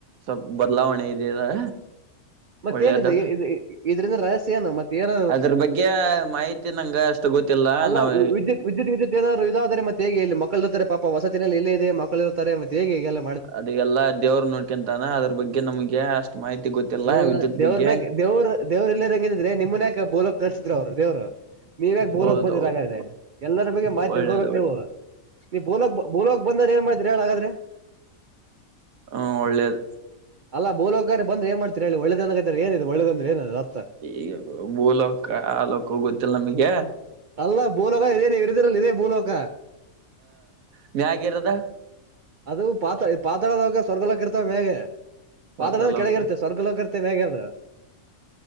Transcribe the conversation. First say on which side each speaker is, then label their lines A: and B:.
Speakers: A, on the right; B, on the right.
A: ಸಬ್ ಬದಲಾವಣೆ ಇದದೆ
B: ಮತ್ತೇನಿದು
A: ಒಳ್ಳೇದು
B: ಇದರಿಂದ ರಹಸ್ಯ ಏನು ಮತ್ತೆ ಏನ
A: ಅದ್ರ ಬಗ್ಗೆ ಮಾಹಿತಿ ನಂಗ ಅಷ್ಟು ಗೊತ್ತಿಲ್ಲ
B: ಅಲ್ಲ
A: ನಾವ್
B: ವಿದ್ಯುತ್ ವಿದ್ಯುತ್ ವಿದ್ಯುತ್ ಏಾದರು ಇದಾದರೆ ಮತ್ತೆ ಹೇಗೆ ಇಲ್ಲಿ ಮಕ್ಕಳು ಹತ್ತರೆ ಪಾಪ ವಸಿನಲ್ಲಿ ಎಲ್ಲ ಇದೆ ಮ ತತಾರೆ ಮೇಗಲ್ಲ
A: ಅದ ಎಲ್ಲ ದೇವರು ನೋಡ್ಕೊಂತಾನ ಅದ್ರ ಬಗ್ಗೆ ನಮ್ಗೆ ಅಷ್ಟು ಮಾಹಿತಿ ಗೊತ್ತಿಲ್ಲ
B: ಅಲ್ಲ
A: ವಿದ್ಯುತ್
B: ದೇವ್ರ
A: ಬಗ್ಗೆ
B: ಬಕ್ ದೇವ್ರು ದೇವ್ರ ಎಲ್ಲೇ ರ ಹಂಗಿದ್ರೆ ನಿಮ್ಮನ ಬೋಲಕ್ ಕಲ್ಸಿದ್ರು ಅವ್ರು ದೇವರು ನೀವ್ಯಾ ಬೋಲಕ
A: ಹೌದೌದು
B: ಬಂದಿರ ಹಾಗಾದ್ರೆ ಎಲ್ಲರ ಬಗ್ಗೆ ಮಾತಿ
A: ಒಳ್ಳೇದು
B: ತಿಳ್ಕೋಬೇಕಕ್
A: ಒಳ್ಳೇದು
B: ನೀವು ನೀ ಬೋಲಕ್ ಬೋಲಕ ಬಂದ್ರ ಏನ್ ಮಾಡಿದ್ರೆ ಹೇಳಳ್ಗಾದ್ರೆ
A: ಹ್ಮ ಒಳ್ಳೇದು
B: ಅಲ್ಲ ಬೋಲೋಕಾರೆ ಬಂದ್ರ ಏ ಮಾಡ್ತೀ ಹೇಳಿ ಒಳ್ಳೆನದ ಏಿದೆ ಒಗಂದ್ರ ಏನದ
A: ಈಗ ಭೂಲೋಕ ಆಲಕ ಗೊತ್ತಿಲ್ಲ ನಮಗೆ
B: ಅಲ್ಲ ಭೂಲೋಕ ಇದೇನ ಇರಿದಿರಲ್ಲ ಇದೇ ಭೂಲಕ
A: ಹನ್ಾಗ ಇರದ
B: ಅದು ಪಾತ್ ಪಾತ್ಳದಾಗ ಸ್ವರ್ಗಲಕ ಇರ್ತಾವ ಮ್ಯೆ
A: ಸ್ವರ್ಗಲೋಕ
B: ಪಾಳದ ಕೆಳಗಿರುತ್ತೆ ಸ್ವರ್ಗ ಲೋಗಿತ್ತೆ ಮ್ಯಗ್ರೆ